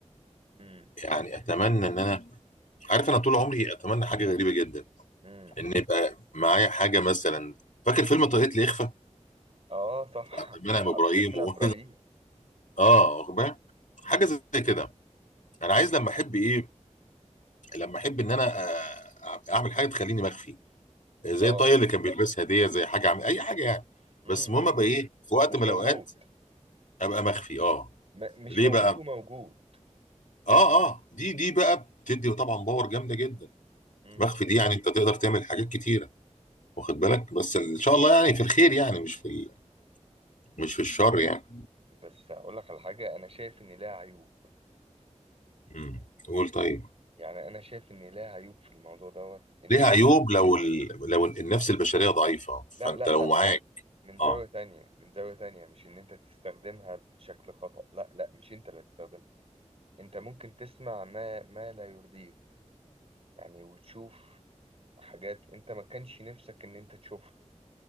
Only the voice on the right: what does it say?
امم
امم
اه صح
<laughs>
عبد المنعم
ابراهيم
امم
اه
امم
مش
موجود
م مش
موجود
وموجود
امم
بس اقول لك على حاجة انا شايف ان لها عيوب
يعني انا شايف ان لها عيوب في الموضوع دوت ان
انت
لا لا
لا
من زاوية
تانية من زاوية تانية مش ان انت تستخدمها بشكل خطأ لا لا مش انت اللي هتستخدمها انت ممكن تسمع ما ما لا يرضيك يعني وتشوف حاجات انت ما كانش نفسك ان انت تشوفها